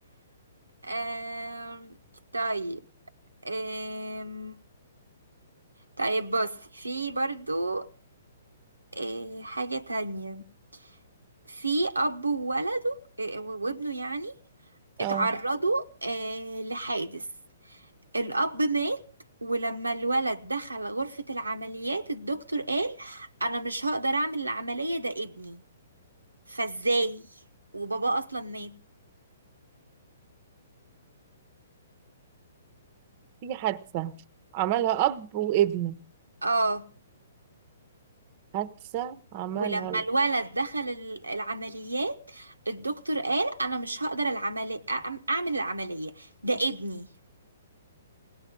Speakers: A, on the right; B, on the right.
A: آم، طيب آم، طيب بص في برضو آه، حاجة تانية في أب وولده آه، وابنه يعني اتعرضوا
B: اه
A: آه، لحادث الأب مات ولما الولد دخل غرفة العمليات الدكتور قال أنا مش هقدر أعمل العملية ده ابني فازاي وبابا أصلا مات
B: في حادثة عملها أب وابنه
A: اه
B: حادثة عملها
A: ولما
B: ال-
A: الولد دخل ال- العمليات الدكتور قال انا مش هقدر العملي أعم- اعمل العملية ده ابني